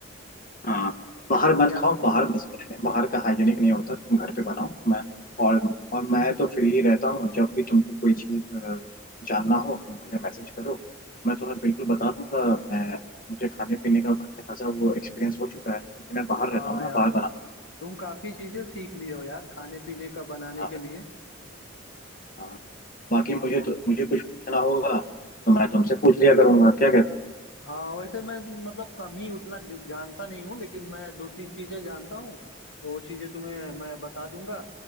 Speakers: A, on the left; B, on the left.
A: हाँ बाहर मत
B: यहाँ
A: खाओ बाहर इसके बाहर का हाइजीनिक नहीं होता तुम घर पे बनाओ मैं और और मैं तो फ्री रहता हूँ जब भी तुमको कोई चीज़ अ, जानना हो तो मुझे मैसेज करो मैं तुम्हें बिल्कुल बता दूंगा मैं मुझे खाने पीने का अच्छा खासा वो एक्सपीरियंस हो चुका है क्योंकि मैं बाहर
B: हाँ
A: रहता हूँ ना
B: यार
A: बाहर बनाता
B: तुम काफी चीजें सीख लिए हो यार खाने पीने का बनाने
A: हूँ
B: के
A: हाँ
B: लिए
A: हाँ। बाकी मुझे
B: तो
A: तो मुझे कुछ पूछना होगा तो मैं तुमसे पूछ लिया करूंगा क्या कहते हो
B: हाँ वैसे मैं तो मतलब कम ही उतना ज- जानता नहीं हूँ लेकिन मैं दो तीन चीजें जानता हूँ तो वो चीजें तुम्हें मैं बता दूंगा